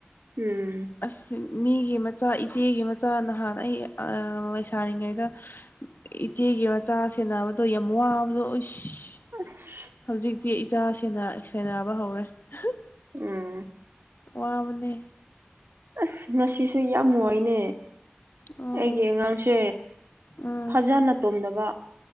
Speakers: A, on the right; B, on the left.
A: ꯎꯝ
B: ꯑꯁ ꯃꯤꯒꯤ ꯃꯆꯥ ꯏꯆꯦꯒꯤ ꯃꯆꯥ ꯅꯍꯥꯟ ꯑꯩ ꯑꯥ ꯂꯩꯁꯥꯔꯤꯉꯩꯗ ꯏꯆꯦꯒꯤ ꯃꯆꯥ ꯁꯦꯟꯅꯕꯗꯣ ꯌꯥꯝ ꯋꯥꯕꯗꯣ ꯑꯣꯁ
A: ꯑꯁ
B: ꯍꯧꯖꯤꯛꯇꯤ ꯏꯆꯥ ꯁꯦꯟꯅ ꯁꯦꯟꯅꯕ ꯍꯧꯔꯦ ꯍ
A: ꯎꯝ
B: ꯋꯥꯕꯅꯦ
A: ꯑꯁ ꯉꯁꯤꯁꯨ ꯌꯥꯝ ꯋꯥꯏꯅꯦ
B: ꯑꯣ
A: ꯑꯩꯒꯤ ꯑꯉꯥꯡꯁꯦ
B: ꯎꯝ
A: ꯐꯖꯅ ꯇꯣꯝꯗꯕ